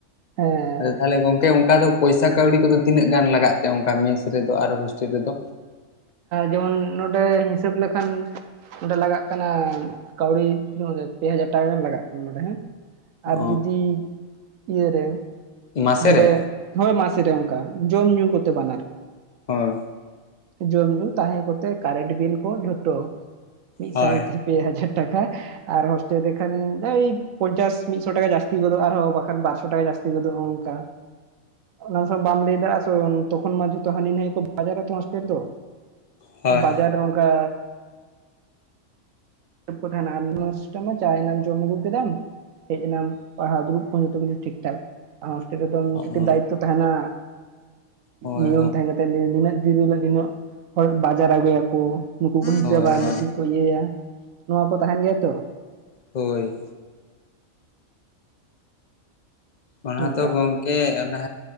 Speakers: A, on the right; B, on the left.
A: ᱦᱮᱸᱻ
B: ᱟᱫᱚ ᱛᱟᱦᱚᱞᱮ ᱜᱚᱢᱠᱮ ᱚᱱᱠᱟ ᱫᱚ ᱯᱚᱭᱥᱟ ᱠᱟᱹᱣᱰᱤ ᱠᱚᱫᱚ ᱛᱤᱱᱟᱹᱜ ᱜᱟᱱ ᱞᱟᱜᱟᱜ ᱛᱮ᱾ ᱚᱱᱠᱟ ᱢᱮᱥ ᱨᱮᱫᱚ ᱟᱨ ᱦᱳᱥᱴᱮᱞ ᱨᱮᱫᱚ
A: ᱡᱮᱢᱚᱱ ᱱᱚᱸᱰᱮ ᱦᱤᱥᱟᱹᱵ ᱞᱮᱠᱷᱟᱱ ᱚᱸᱰᱮ ᱞᱟᱜᱟᱜ ᱠᱟᱱᱟ ᱠᱟᱹᱣᱰᱤ ᱯᱮ ᱦᱟᱡᱟᱨ ᱴᱟᱠᱟ ᱜᱟᱱ ᱞᱟᱜᱟᱜ ᱠᱟᱱᱟ ᱱᱚᱰᱮᱸ ᱟᱨ
B: ᱚ
A: ᱡᱩᱫᱤ ᱤᱭᱟᱹ ᱨᱮ
B: ᱢᱟᱥᱮ
A: ᱦᱟᱸᱰᱮ
B: ᱨᱮ
A: ᱦᱳᱭ ᱢᱟᱥᱮ ᱨᱮ ᱚᱱᱠᱟ ᱠᱟ ᱡᱚᱢ ᱧᱩ ᱠᱚᱛᱮ ᱵᱟᱱᱟᱨ
B: ᱦᱚᱭ
A: ᱡᱚᱢ ᱧᱩ ᱛᱟᱦᱮᱸ ᱠᱚᱛᱮ ᱠᱟᱨᱮᱱᱴ ᱵᱤᱞ ᱠᱚ ᱡᱷᱚᱛᱚ ᱢᱤᱫ
B: ᱦᱳᱭ
A: ᱥᱟᱶᱛᱮ ᱯᱮ ᱦᱟᱡᱟᱨ ᱴᱟᱠᱟ᱾ ᱟᱨ ᱦᱳᱥᱴᱮᱞ ᱛᱮᱠᱷᱟᱱ ᱳᱭ ᱯᱚᱧᱪᱟᱥ ᱢᱤᱫᱥᱚ ᱴᱟᱠᱟ ᱡᱟᱹᱥᱛᱤ ᱜᱚᱫᱚᱜ, ᱟᱨᱦᱚᱸ ᱵᱟᱠᱷᱟᱱ ᱵᱟᱨᱥᱚ ᱴᱟᱠᱟ ᱡᱟᱹᱥᱛᱤ ᱜᱚᱫᱚᱜ ᱚᱱᱠᱟ ᱚᱱᱟ ᱫᱚ ᱵᱟᱢ ᱞᱟᱹᱭ ᱫᱟᱲᱮᱭᱟᱜ-ᱟ᱾ ᱛᱚᱠᱷᱚᱱ ᱢᱟ ᱡᱚᱛᱚ ᱦᱟᱱᱤ ᱱᱟᱭ ᱠᱚ, ᱵᱟᱡᱟᱨ ᱨᱮ ᱛᱚ ᱦᱳᱥᱴᱮᱞ ᱫᱚ᱾
B: ᱦᱳᱭ
A: ᱵᱟᱡᱟᱨ ᱚᱱᱠᱟ ᱠᱚ ᱛᱟᱦᱮᱸᱱᱟ ᱟᱨ ᱢᱥᱴᱟᱢᱟ ᱪᱟᱭᱱᱟᱢ ᱡᱚᱢ ᱟᱹᱜᱩ ᱠᱮᱫᱟᱢ ᱦᱮᱡ ᱮᱱᱟᱢ, ᱯᱟᱲᱦᱟᱜ ᱫᱲᱩᱵ ᱠᱷᱚᱱ ᱡᱚᱛᱚ ᱠᱤᱪᱩ ᱴᱷᱤᱠ ᱴᱷᱟᱠ ᱦᱚᱥᱴᱮᱞ ᱨᱮᱫᱚ
B: ᱦᱳᱭ
A: ᱫᱟᱭᱤᱛᱚ ᱛᱟᱸᱦᱮᱱᱟ,
B: ᱦᱳᱭ
A: ᱱᱤᱭᱚᱢ ᱛᱟᱦᱮᱸᱱᱟ ᱱᱤᱱᱟᱹᱜ ᱫᱤᱱ ᱦᱤᱞᱳᱜ ᱱᱤᱱᱟᱹᱜ ᱦᱚᱲ ᱵᱟᱡᱟᱨ ᱟᱹᱜᱩᱭᱟᱠᱚ᱾ ᱱᱩᱠᱩ ᱠᱚ
B: ᱦᱳᱭ
A: ᱦᱤᱥᱟᱹ
B: ᱦᱳᱭ
A: ᱱᱩᱠᱩ ᱠᱚ ᱤᱭᱟᱹᱭᱟ, ᱱᱚᱣᱟ ᱠᱚ ᱛᱟᱦᱮᱱ ᱜᱮᱭᱟ ᱛᱚ᱾
B: ᱦᱳᱭ᱾ ᱚᱱᱟ
A: ᱚᱱᱠᱟ
B: ᱛᱚ ᱜᱚᱝᱠᱮ ᱚᱱᱟ